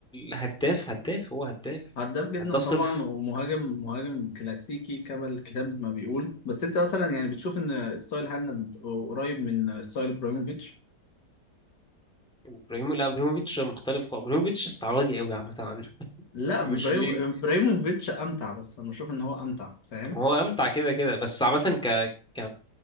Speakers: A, in the centre; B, on the left.
A: هداف هداف هو هداف
B: هداف جدا
A: هداف
B: طبعا
A: صرف
B: ومهاجم مهاجم كلاسيكي كما الكتاب ما بيقول بس انت مثلا يعني بتشوف ان ستايل هالاند قريب من ستايل ابراهيموفيتش
A: ابراهيم لا ابراهيموفيتش مختلف خالص ابراهيموفيتش استعراضي قوي عامه عنه
B: لا
A: <laughs>
B: إبراهيم-
A: مش ليه
B: ابراهيموفيتش امتع بس انا بشوف ان هو امتع فاهم
A: هو امتع كده كده بس عامه ك ك